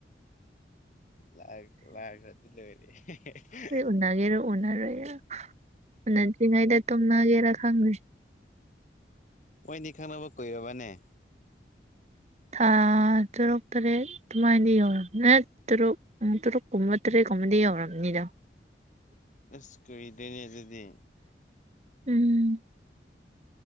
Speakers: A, on the left; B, on the right.
A: ꯂꯥꯛ-ꯂꯥꯛ ꯑꯗꯨ ꯂꯩꯔꯤ ꯏꯍꯦ-ꯍꯦ ꯍꯥ
B: ꯎꯅꯒꯦꯔꯣ ꯎꯅꯔꯣꯏꯔ ꯎꯅꯠꯇ꯭ꯔꯤꯉꯩꯗ ꯇꯣꯅꯒꯦꯔꯥ ꯈꯪꯗꯦ
A: ꯃꯣꯏꯅꯤ ꯈꯪꯅꯕ ꯀꯨꯏꯔꯕꯅꯦ
B: ꯊꯥ ꯇꯔꯨꯛ ꯇꯔꯦꯠ ꯑꯗꯨꯃꯥꯏꯅꯗꯤ ꯌꯧꯔꯝ ꯅ ꯇꯔꯣ ꯎ ꯇꯔꯣ ꯀꯨꯝꯃ ꯇ꯭ꯔꯦ ꯀꯨꯝꯃꯗꯤ ꯌꯧꯔꯝꯅꯤꯗ <unintelligible>
A: ꯑꯁ ꯀꯨꯗꯣꯏꯅꯦ ꯑꯗꯨꯗꯤ
B: ꯎꯝ